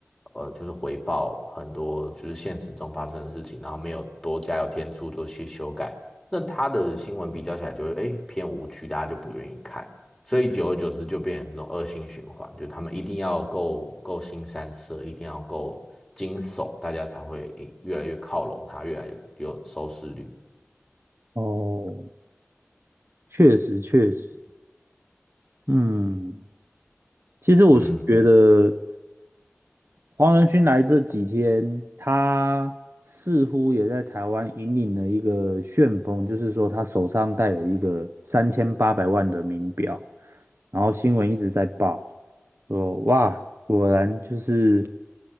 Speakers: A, in the centre; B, on the right.
A: 呃就是回报很多就是现实中发生的事情，然后没有多加油添醋做些修改，那他的新闻比较起来就会诶偏无趣，大家就不愿意看。所以久而久之就变成这种恶性循环，就他们一定要够够新三色，一定要够惊悚，大家才会诶越来越靠拢他，越来越有收视率。
B: 哦，确实确实，嗯，其实我是觉得
A: 嗯，
B: 黄仁勋来这几天，他似乎也在台湾引领了一个旋风，就是说他手上戴了一个三千八百万的名表，然后新闻一直在报，说哇，果然就是